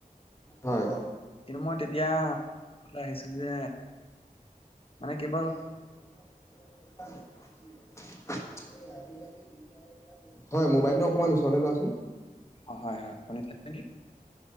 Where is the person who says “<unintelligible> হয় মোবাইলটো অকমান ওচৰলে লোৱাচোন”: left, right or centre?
Left